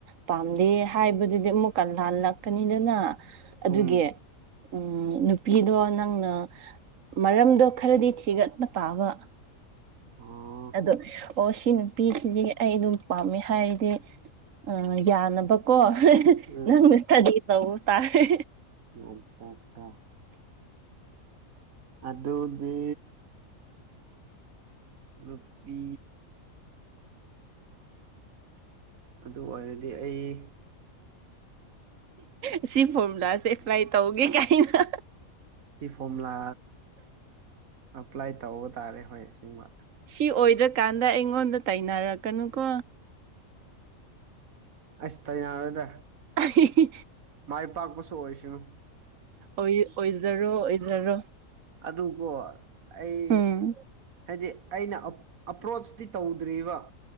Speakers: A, on the right; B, on the right.
A: ꯄꯥꯝꯗꯦ ꯍꯥꯏꯕꯗꯨꯗꯤ ꯑꯃꯨꯛꯀ ꯂꯥꯜꯂꯛꯀꯅꯤꯗꯅꯥ ꯑꯗꯨꯒꯤ
B: ꯎꯝ
A: ꯎꯝ ꯅꯨꯄꯤꯗꯣ ꯅꯪꯅ ꯃꯔꯝꯗꯣ ꯈꯔꯗꯤ ꯊꯤꯒꯠꯄꯥ ꯇꯥꯕ
B: ꯑꯣ
A: ꯑꯗꯣ ꯑꯣ ꯁꯤ ꯅꯨꯄꯤꯁꯤꯗꯤ ꯑꯩ ꯑꯥꯗꯨꯝ ꯄꯥꯝꯃꯦ ꯍꯥꯏꯔꯗꯤ ꯑꯥ ꯌꯥꯅꯕꯀꯣ
B: ꯎꯝ
A: ꯅꯪꯅ ꯈꯗꯤ ꯇꯧ ꯇꯥꯔꯦ
B: <unintelligible> ꯑꯥꯗꯨꯗꯤ ꯅꯨꯄꯤ ꯑꯥꯗꯨꯑꯣꯏꯔꯗꯤ ꯑꯩ
A: ꯑꯁꯤ ꯐꯣꯔꯃꯨꯂꯥꯁꯦ ꯑꯦꯄ꯭ꯂꯥꯏ ꯇꯧꯒꯦ ꯀꯥꯏꯅꯥ
B: ꯁꯤ ꯐꯣꯔꯃꯨꯂꯥ ꯑꯄ꯭ꯂꯥꯏ ꯇꯧꯕ ꯇꯥꯔꯦ ꯍꯣꯏ ꯑꯁ°ꯡꯕ
A: ꯁꯤ ꯑꯣꯏꯗ꯭ꯔꯀꯥꯟꯗꯥ ꯑꯩꯉꯣꯟꯗꯥ ꯇꯥꯏꯅꯔꯛꯀꯅꯨꯀꯣ
B: ꯑꯁ ꯇꯥꯏꯅꯔꫭꯏꯗꯥ
A: ꯑ ꯍꯤ ꯍꯤ
B: ꯃꯥꯏ ꯄꯥꯛꯄꯁꯨ ꯑꯣꯏꯁꯥꯅꯨ
A: ꯑꯣꯏ ꯑꯣꯏꯖꯥꯔꯣ ꯑꯣꯏꯖꯥꯔꯣ
B: ꯑꯗꯨ ꯀꫭ ꯑꯩ
A: ꯎꯝ
B: ꯍꯥꯏꯗꯤ ꯑꯩꯅꯥ ꯑ ꯑꯄ꯭ꯔꯣꯆꯇꯤ ꯇꯧꯗ꯭ꯔꯤꯕꯥ